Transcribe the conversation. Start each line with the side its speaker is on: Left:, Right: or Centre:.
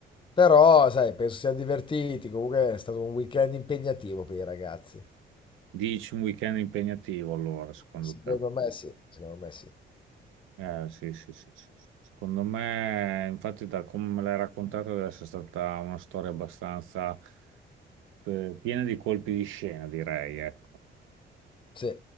Left: Però, sai, penso siano divertiti. Comunque è stato un weekend impegnativo per i ragazzi.
Right: Dici un weekend impegnativo allora, secondo
Left: Secondo
Right: te?
Left: me sì, secondo me sì.
Right: Eh, sì, sì, sì, sì, sì. Secondo me, infatti, da come me l'hai raccontata, deve essere stata una storia abbastanza eh, piena di colpi di scena, direi, ecco.
Left: Sì.